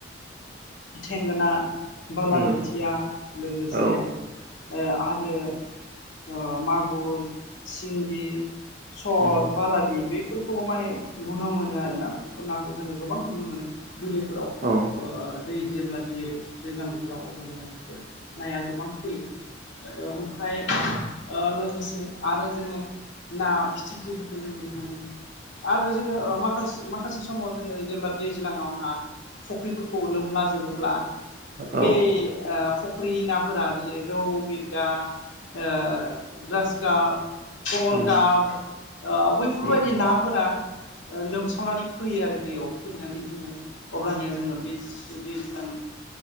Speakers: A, on the left; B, on the right.
A: थेंगोना बालाबोथिया
B: उम
A: लोगोसे
B: औ
A: ओ आरो ओ मागुर सिंगि सल
B: उम
A: बारालि बेफोरखौबो माने नुनो मोनो आरोना बेफोर नाखौ जोङो गोबां नुनो मोनो बिलोफोराव
B: औ
A: ओ दै जेब्ला देरो दैज्लां बोथोराव अब्लानिया बेफोर नाया गोबां फैयो। ओमफफ्राय ओ लोगोसे आरो जोङो ना फिथिख्रिफोरखौ जों नुनो मोनो। आरो जोङो ओ माखसे माखासे समाव जोङो जेब्ला दैज्लाङावहा फुख्रिफोरखौ खुलुमला जोबोब्ला
B: औ
A: बे फुख्रिनि नाफोरा जेरै रौ बिरगा ओ ग्रास काप कमलकाप
B: उम
A: ओ बैफोरबायदि
B: उम
A: नाफोरा ओ लोमसावनानै फैयो आरो दैयाव फैनानै जोङो अब्लानिया जोङो बे उदै सां